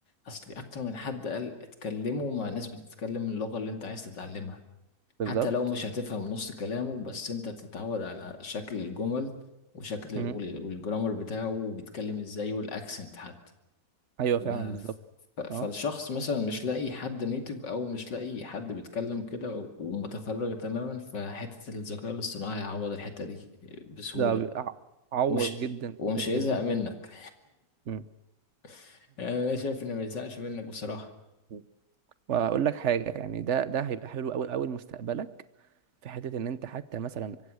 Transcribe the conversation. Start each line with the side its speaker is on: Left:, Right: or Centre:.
Left: أصل أكتر من حد قال اتكلموا مع ناس بتتكلم اللغة اللي أنت عايز تتعلمها
Right: بالظبط
Left: حتى لو مش هتفهم نص كلامه بس أنت تتعود على شكل الجمل وشكل
Right: مم.
Left: وال- والجرامر بتاعه وبيتكلم إزاي والأكسنت حتى
Right: ايوه
Left: ف...
Right: فعلا بالظبط
Left: ف... فالشخص
Right: اه
Left: مثلا مش لاقي حد نيتف او مش لاقي حد بيتكلم كده و- ومتفرغ تماما فحتة الذكاء الاصطناعي هيعوض الحتة دي بسهولة
Right: ده بي- ع- عوض
Left: ومش
Right: جدا
Left: ومش
Right: جدا جدا
Left: هيزهق منك
Right: مم.
Left: <laughs> يعني انا شايف انه ما يزهقش منك بصراحة
Right: <laughs> واقول لك حاجه يعني ده ده هيبقى حلو قوي قوي لمستقبلك في حته ان انت حتى مثلا